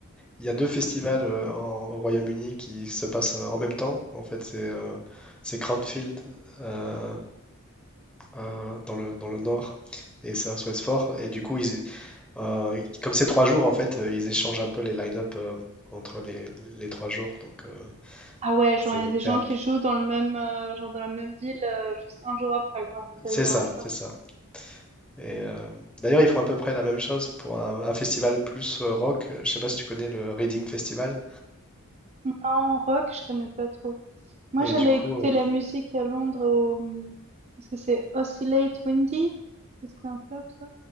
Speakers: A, in the centre; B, on the right.
A: il y a deux festivals euh, en- au Royaume-Uni qui se passent euh, en même temps. En fait, c'est euh, c'est Cranfield euh, euh, dans le, dans le nord et c'est à Southwest Et du coup, ils, euh, comme c'est trois jours, en fait, euh, ils échangent un peu les line-up euh, entre les, les trois jours. Donc, euh,
B: Ah ouais, genre
A: c'est
B: il y a des gens
A: c'est un p-
B: qui jouent dans le même, euh, genre dans la même ville, euh, juste un jour après, quoi. Ça
A: c'est
B: les dérange
A: ça,
B: pas.
A: c'est ça. Et euh, d'ailleurs, ils font à peu près la même chose pour un, un festival plus euh, rock. Euh, Je sais pas si tu connais le Reading Festival.
B: En rock, je connais pas trop. Moi,
A: Et
B: j'allais
A: du coup,
B: écouter
A: euh,
B: la musique à Londres au, est-ce que c'est Oscillate Windy? Est-ce que c'est un club, ça?